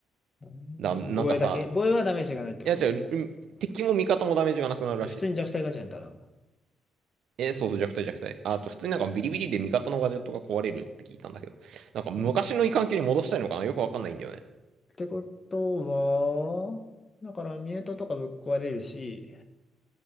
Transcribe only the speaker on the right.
だ、なんかさ、いや違う、うん敵も味方もダメージがなくなるらしい。
えーそうそう、弱体弱体。あと、普通になんかビリビリで味方のガジェットが壊れるって聞いたんだけど、なんか昔の異環境に戻したいのかなよくわかんないんだよね。